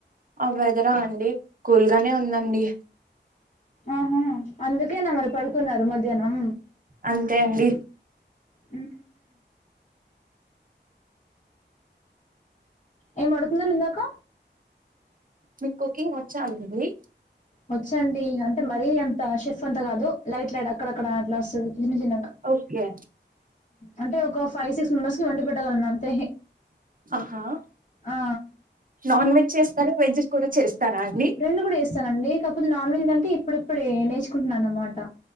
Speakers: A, on the right; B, on the left.
A: ఆ వెదరా అండి కూల్గానే ఉందండి
B: ఆహా అందుకేన మరి పడుకున్నారు మధ్యాహ్నం
A: అంతే అండి
B: ఊ ఏం మడుతున్నారు ఇందాక
A: మీకు కుకింగ్ వచ్చా అండీ
B: వచ్చండి అంటే మరీ అంత షెఫ్ అంత కాదు లైట్ లైట్ అక్కడక్కడ అట్లా వస్తుంది చిన్న చిన్నగా
A: ఓకే
B: అంటే ఒక ఫైవ్ సిక్స్ మెంబర్స్ కి వండి పెట్టగలను అంతే
A: ఆహా
B: ఆ!
A: నాన్ వెజ్ చేస్తార వెజ్ కూడా చేస్తారా అండి
B: రెండు కూడా చేస్తానండి కాకపోతే నాన్ వెజ్ ఏందంటే ఇప్పుడు ఇప్పుడే నేర్చుకుంటున్నా అన్నమాట